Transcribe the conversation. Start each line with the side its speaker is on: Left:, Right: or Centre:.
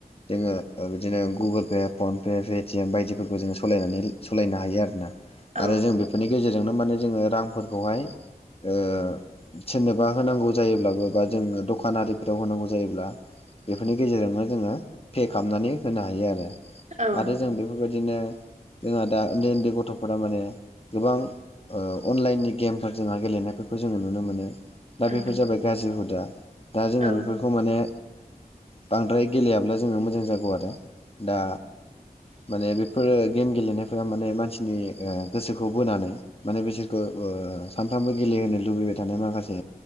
Left: जोङो बिदिनो Google Pay PhonePe Paytm बायदिफोरखौ जोङो सालायनानै सालायनो हायो आरोना
Right: औ
Left: आरो जों बेफोरनि गेजेरजोंनो माने जोङो रांफोरखौहाय ओ सोरनोबा होनांगौ जायोब्लाबो बा जोङो दखानारिफोराव होनांगौ जायोब्ला। बेफोरनि गेजेरजोंनो जोङो पे खालामनानै होनो हायो आरो।
Right: औ
Left: आरो जों बेफोरबायदिनो जोंहा दा उन्दै उन्दै गथ'फोरा माने गोबां ओ अनलाइननि गेमफोर जोंहा गेलेनायफोरखौ जोङो नुनो मोनो। दा
Right: औ
Left: बेफोर
Right: औ
Left: जाबाय गाज्रि हुदा दा जोङो
Right: औ
Left: बेफोरखौ माने बांद्राय गेलेयाब्ला जोङो मोजां जागौ आरो दा माने बेफोरो गेम गेलेनायफोरा माने मानसिनि गोसोखौ बोनानै माने बिसोरखौ ओ सानफ्रामबो गेलेहोनो लुबैबाय थानाय माखासे